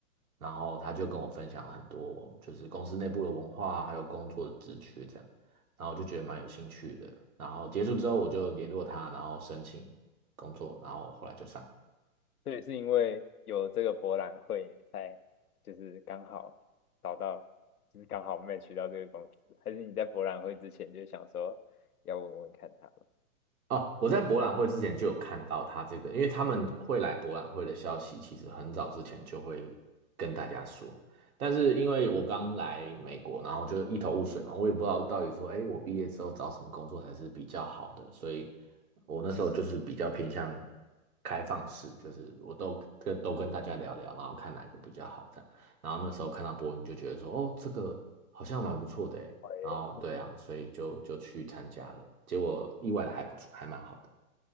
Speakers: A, on the right; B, on the left.
A: 然后他就跟我分享了很多，就是公司内部的文化啊还有工作的职缺这样。然后我就觉得蛮有兴趣的。然后结束之后，我就联络他，然后申请工作，然后后来就上了。
B: 所以是因为有这个博览会，你才就是刚好找到，就是刚好 m a t c 到这个公司，还是你在博览会之前就想说要问问看他们？
A: 哦，我在博览会之前就有看到他这个，因为他们会来博览会的消息，其实很早之前就会跟大家说。但是因为我刚来美国，然后就一头雾水嘛，我也不知道到底说，哎，我毕业之后找什么工作才是比较好的，所以我那时候就是比较偏向开放式，就是我都跟都跟大家聊聊，然后看哪一个比较好这样。然后那时候看到博文就觉得说，哦，这个好像蛮不错的诶，
B: 喂
A: 然后对啊，所以就就去参加了，结果意外的还不错，还蛮好的。